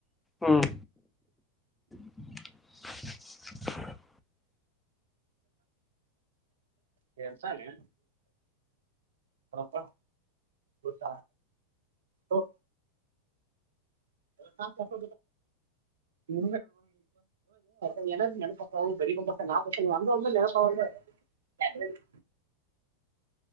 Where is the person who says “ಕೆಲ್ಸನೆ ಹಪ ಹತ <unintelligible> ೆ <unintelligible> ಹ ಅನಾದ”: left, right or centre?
Right